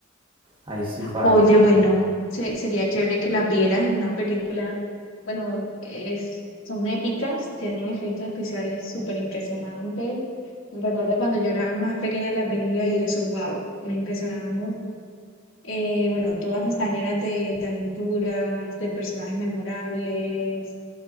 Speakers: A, on the right; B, on the left.
A: Ahí sí fallo.
B: Oye, bueno, se- sería chévere que las vieras. Es una película, bueno, es, son épicas, tienen efectos especiales súper impresionantes. Recuerdo cuando yo era más pequeña las veía y eso, wow, me impresionaba mucho. Eh, bueno, todas están llenas de, de aventuras, de personajes memorables.